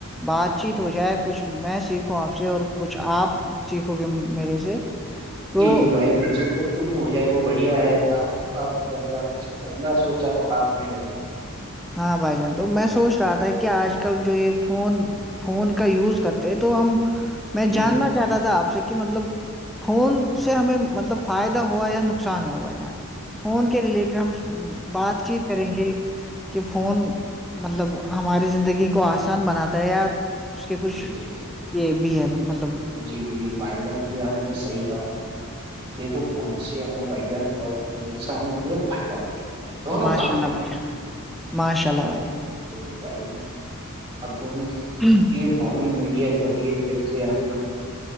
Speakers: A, in the centre; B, on the right.
A: بات چیت ہو جائے کچھ میں سیکھوں آپ سے اور کچھ آپ سیکھو گے میرے سے تو
B: جی جی بھائی کچ وہ تو گم ہو جائے گ وہ بڑھیا ہے آپ آپ نےے بڑھیا سوچا تھا آپ نے بھائی
A: ہاں بھائی جان تو میں سوچ رہا تھا کہ آج کل جو یہ فون فون کا یوز کرتے ہیں تو ہم میں
B: جی
A: جاننا چاہتا تھا آپ سے کہ مطلب فون سے ہمیں مطلب فائدہ ہوا یا نقصان ہوا بھائی جان فون کے ریلیٹڈ ہم بات چیت کریں گے کہ فون مطلب ہماری زندگی کو آسان بناتا ہے یا اس کے کچھ
B: جی جی جی
A: یہ بھی ہے مطلب
B: جی جی بائی جانس بھی آپ نے صحیح کہا دیکھو فون سے ہمیں بھائیان بہت نقصان بھی ہے فائدہ بھی ہے دونوں
A: ماشاء
B: کام ہے
A: اللہ
B: بھائی
A: بیان
B: جان
A: ماشاء اللہ بائیان
B: دیکھو بائی چانس اپ
A: ہوں
B: یہ فن میڈیا چلی ہے جب سے آپ